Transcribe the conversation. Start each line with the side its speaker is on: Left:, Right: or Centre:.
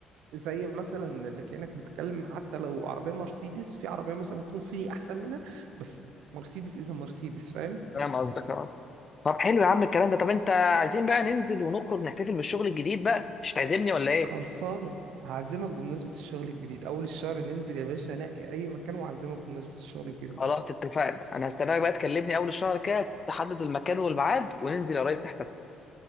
Right: زي مثلا اللي كأنك بتتكلم حتى لو عربيه مرسيدس في عربيه مثلا ممكن تكون صيني احسن منها بس مرسيدس اذا مرسيدس فاهم
Left: فاهم قصدك فاهم قصدك طب حلو يا عم الكلام ده طب انت عايزين بقى ننزل ونخرج نحتفل بالشغل الجديد بقى مش هتعزمني ولا ايه
Right: خلصانه هعزمك بمناسبه الشغل الجديد اول الشهر ننزل يا باشا نقي اي مكان وأعزمك بمناسبه الشغل الجديد
Left: خلاص اتفقنا انا هستناك بقى تكلمني اول الشهر كده تحدد المكان والميعاد وننزل يا ريس نحتفل